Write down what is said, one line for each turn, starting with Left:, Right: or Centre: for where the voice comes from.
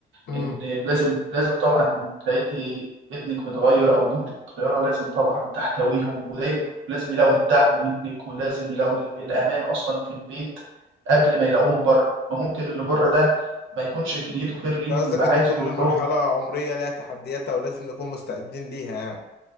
Left: امم
Right: ان لازم لازم طبعا ان لقيتي ابنك متغير او بنتك متغيره لازم طبعا تحتويهم ودايما لازم يلاقوا الدعم منك ولازم يلاقوا ال- الامان اصلا في البيت قبل ما يلاقوه من بره ما ممكن اللي بره ده ما يكونش في نيته خير ليهم
Left: قصدك
Right: ويبقى
Left: ان
Right: عايز
Left: كل
Right: يضرهم
Left: مرحله عمريه لها تحدياتها ولازم نكون مستعدين ليها يعني